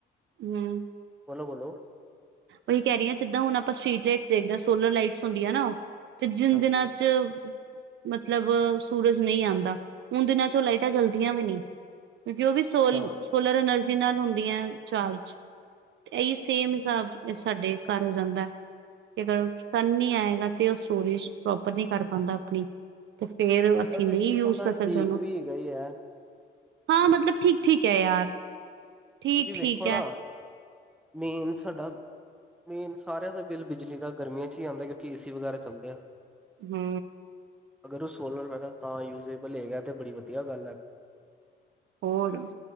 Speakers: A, on the right; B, in the centre.
A: ਹੂੰ
B: ਬੋਲੋ-ਬੋਲੋ
A: ਓਹੀ ਕਹਿ ਰਹੀ ਆਂ, ਜਿੱਦਾਂ ਹੁਣ ਆਪਾਂ ਸਟ੍ਰਰੀਟ ਲਾਈਟਸ ਦੇਖਦੇ ਆਂ ਸੋਲਰ ਲਾਈਟਸ ਹੁੰਦੀਆਂ ਨਾ ਤੇ ਜਿਨ
B: ਹਾਂਜੀ,
A: ਦੇ ਨਾਲ ਚ ਮਤਲਬ ਸੂਰਜ ਨਈਂ ਆਂਦਾ। ੳਨ ਦਿਨਾਂ ਚ ਉਹ ਲਾਈਟਾਂ ਜਲਦੀਆਂ ਵੀ ਨਈ ਕਿਉਕਿ ਉਹ ਵੀ ਸੋਲ
B: ਅੱਛਾ।
A: ਸੋਲਰ ਐਨਰਜੀ ਨਾਲ ਹੁੰਦੀਆਂ ਚਾਰਜ। ਇਹੀ ਸੇਮ ਹਿਸਾਬ ਇਹ ਸਾਡੇ ਘਰ ਹੋ ਜਾਂਦਾ ਅਗਰ ਸਨ ਨ੍ਹੀਂ ਆਏਗਾ ਤੇ ਉਹ ਸਟੋਰੇਜ ਪ੍ਰੋਪਰ ਨਈਂ ਕਰ ਪਾਂਦਾ ਆਪਣੀ ਤੇ ਫੇਰ ਅਸੀਂ
B: ਵੈਸੇ
A: ਨਈਂ
B: ਇੱਕ ਕਿਸਮ
A: ਯੂਜ
B: ਦਾ
A: ਕਰ ਸਕਦੇ
B: ਠੀਕ
A: ਉਹਨੂੰ
B: ਵੀ ਹੈਗਾ ਹੀ ਹੈ
A: ਹਾਂ ਮਤਲਬ ਠੀਕ-ਠੀਕ ਐ ਯਾਰ। ਠੀਕ
B: ਕਿਉਂਕਿ
A: ਠੀਕ
B: ਵੇਖੋ
A: ਹੈ
B: ਨਾ। ਮੇਨ ਸਾਡਾ ਮੇਨ ਸਾਰਿਆਂ ਦਾ ਬਿੱਲ ਬਿਜਲੀ ਦਾ ਗਰਮੀਆਂ ਚ ਈ ਆਂਦਾ, ਕਿਉਕਿ ਏਸੀ ਵਗੈਰਾ ਚੱਲਦੇ ਆ।
A: ਹਂ
B: ਅਗਰ ਉਹ ਸੋਲਰ ਪੈਨਲ ਤਾਂ ਯੂਜੇਬਲ ਹੋਏਗਾ, ਤੇ ਬੜੀ ਵਧੀਆ ਗੱਲ ਐ।
A: ਹੋਰ।